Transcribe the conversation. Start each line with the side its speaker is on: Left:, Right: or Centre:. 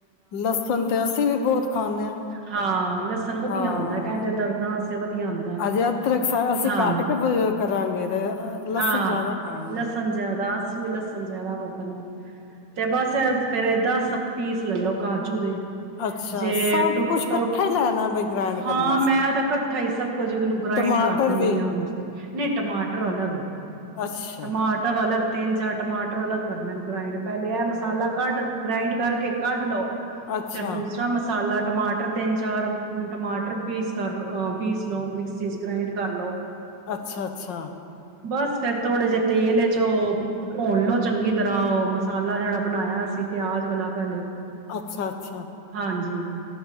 Left: ਲਸਣ ਤੇ ਅਸੀਂ ਵੀ ਬਹੁਤ ਖਾਂਦੇ ਹਾਂ-ਹਾਂ
Right: ਹਾਂ ਲਸਣ ਵਧੀਆ ਹੁੰਦਾ ਕਹਿੰਦੇ ਦਰਦਾਂ ਵਾਸਤੇ ਵਧੀਆ ਹੁੰਦਾ
Left: ਅਜੇ ਅਦਰਕ ਅਸੀਂ
Right: ਹਾਂ
Left: ਘੱਟ ਕੇ ਕਰਾਂਗੇ ਤੇ ਲਸਣ
Right: ਹਾਂ
Left: ਜ਼ਿਆਦਾ ਹਾਂ।
Right: ਲਸਣ ਜ਼ਿਆਦਾ ਅਸੀਂ ਲਸਣ ਜ਼ਿਆਦਾ ਵ ਤੇ ਬਸ, ਫੇਰ ਇਹਦਾ ਪੀਸ ਲੈ ਲਓ ਕਾਜੂ ਦੇ
Left: ਅੱਛਾ
Right: ਜੇ
Left: ਸਭ
Right: ਟੁ
Left: ਕੁਛ ਇਕੱਠਾ
Right: ਟੋ
Left: ਹੀ ਲੈਣਾ ਬਈ ਗ੍ਰੈਂਡ
Right: ਹਾਂ
Left: ਕਰਨਾ
Right: ਮੈਂ
Left: ਸੀ।
Right: ਤਾਂ ਇਕੱਠਾ ਹੀ ਸਭ ਕੁਝ ਉਹਨੂੰ ਗ੍ਰੇਡ
Left: ਟਮਾਟਰ
Right: ਕਰ ਦਿੰਦੀ
Left: ਵੀ
Right: ਹਾਂ ਨਹੀਂ ਟਮਾਟਰ ਅਲੱਗ
Left: ਅੱਛਾ,
Right: ਟਮਾਟਰ ਅਲੱਗ ਤਿੰਨ ਚਾਰ ਟਮਾਟਰ ਅਲੱਗ ਕਰੇ ਗ੍ਰਾਇੰਡ ਪਹਿਲੇ ਇਹ ਮਸਾਲਾ ਘੱਟ ਗ੍ਰਾਇੰਡ ਕਰਕੇ ਕੱਢ ਲਓ।
Left: ਅੱਛਾ,
Right: ਫਿਰ ਦੂਸਰਾ ਮਸਾਲਾ ਟਮਾਟਰ ਤਿੰਨ ਚਾਰ ਟਮਾਟਰ ਪੀਸ ਕਰ ਪੀਸ ਲਓ ਮਿਕਸੀ ਚ ਗ੍ਰੈਂਡ ਕਰ ਲਓ।
Left: ਅੱਛਾ-ਅੱਛਾ,
Right: ਬਸ ਫੇਰ ਥੋੜੇ ਜਿਹੇ ਤੇਲ ਚ ਉਹ ਭੁੰਨ ਲੋਓ, ਚੰਗੀ ਤਰ੍ਹਾਂ ਉਹ ਮਸਾਲਾ ਜਿਹੜਾ ਬਣਾਇਆ। ਸੀ, ਪਿਆਜ ਵਾਲਾ ਪਹਿਲੇ
Left: ਅੱਛਾ-ਅੱਛਾ,
Right: ਹਾਂਜੀ